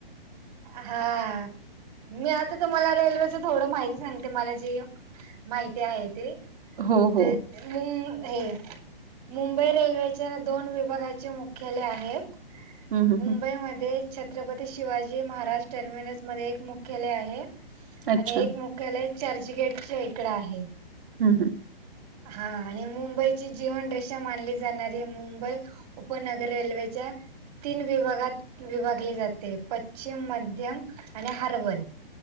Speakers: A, on the right; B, on the right.
A: हा. मी आता तुम्हाला रेल्वेच थोडं माहिती सांगते मला जे माहिती आहे ते,
B: हो हो
A: ते ह्म्म्मु हे मुंबई रेल्वेच्या दोन विभागाचे मुख्यालय आहे.
B: हम्म, हम्म,
A: मुंबईमध्ये
B: हम्म.
A: छत्रपती शिवाजी महाराज टर्मिनसमध्ये एक मुख्यालय आहे.
B: अच्छा
A: आणि एक मुख्यालय चर्चगेटच इकड आहे.
B: हम हम.
A: हा आणि मुंबईची जीवन रे षा मानली जाणारी मुंबई. उपनगर रेल्वेच्या तीन विभागात विभागले जाते पश्चिम मध्यम आणि हर्बल.